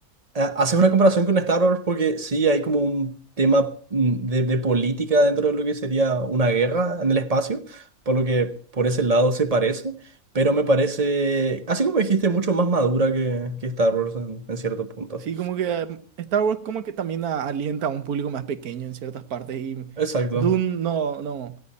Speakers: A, on the right; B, on the right.
A: ha- haces una comparación con Star Wars porque sí hay como un tema mm, de, de política dentro de lo que sería una guerra en el espacio, por lo que por ese lado se parece, pero me parece, así como dijiste, mucho más madura que, que Star Wars en, en cierto punto.
B: Sí, como que mm, Star Wars como que también a- alienta a un público más pequeño en ciertas partes y
A: Exacto.
B: Dune no, no,